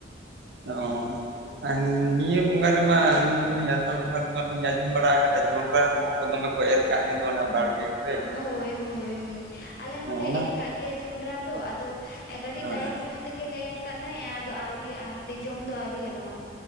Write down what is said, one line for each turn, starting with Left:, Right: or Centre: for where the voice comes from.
Right: ᱚ ᱟᱨ ᱱᱤᱭᱟᱹ ᱵᱚᱸᱜᱟ ᱨᱮᱢᱟ ᱟᱹᱞᱤ ᱫᱚᱞᱤᱧ ᱟᱥᱟᱲ ᱵᱚᱸᱜᱟ ᱨᱮᱢᱟ ᱟᱞᱤᱧ ᱟᱸᱡᱚᱢ ᱵᱟᱲᱟ ᱟᱠᱟᱫᱟ ᱡᱚᱸᱰᱨᱟ ᱠᱚᱦᱚᱸ ᱠᱚ ᱫᱚᱢᱮ ᱠᱚ ᱮᱨ <inaudible> ᱠᱷᱟᱜ ᱜᱮ ᱫᱚᱱᱟ <unintelligible> ᱟᱨᱲ ᱜᱮ ᱠᱚᱮ <inaudible>
Left: ᱦᱳᱭ ᱦᱳᱭ ᱦᱳᱭ ᱟᱞᱮ ᱦᱚᱸ ᱞᱮ
Right: ᱚᱱᱟ
Left: ᱮᱨ ᱠᱟᱜ ᱜᱮᱭᱟ ᱡᱚᱸᱰᱨᱟ ᱫᱚ ᱟᱫᱚ ᱠᱟᱹᱴᱤᱡ
Right: ᱦᱳᱭ
Left: ᱛᱟᱭᱚᱢ ᱧᱚᱜ ᱛᱮᱜᱮ ᱮᱨ ᱠᱟᱫ ᱛᱟᱦᱮᱜ-ᱟ ᱟᱫᱚ ᱟᱹᱣᱨᱤᱭᱟᱜᱼᱟ ᱦᱟᱯᱮ ᱡᱚᱢ ᱫᱚ ᱟᱹᱣᱨᱤ ᱜᱟᱱᱚᱜᱼᱟ